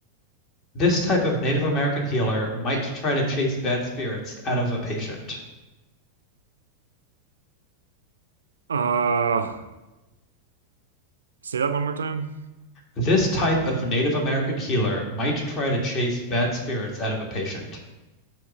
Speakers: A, on the left; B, on the right.
A: This type of Native American healer might try to chase bad spirits out of a patient.
B: Uh, say that one more time.
A: This type of Native American healer might try to chase bad spirits out of a patient.